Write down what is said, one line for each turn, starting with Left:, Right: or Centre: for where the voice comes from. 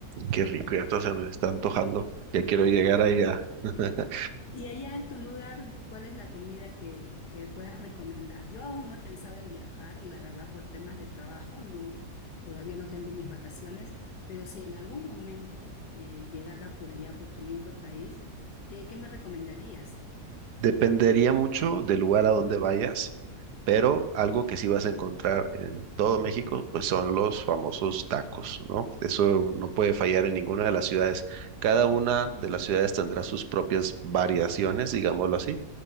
Right: qué rico, ya hasta se me está antojando. Ya quiero llegar allá. <laughs>
Left: Y allá en tu lugar, ¿cuál es la comida que, que puedas recomendar? Yo aún no he pensado en viajar, la verdad, por temas de trabajo, no, todavía no tengo mis vacaciones, pero si en algún momento eh, llegara por allá, por tu lindo país, ¿qué, qué me recomendarías?
Right: Dependería mucho del lugar a donde vayas, pero algo que sí vas a encontrar en todo México, pues son los famosos tacos, ¿no? Eso no puede fallar en ninguna de las ciudades. Cada una de las ciudades tendrá sus propias variaciones, digámoslo así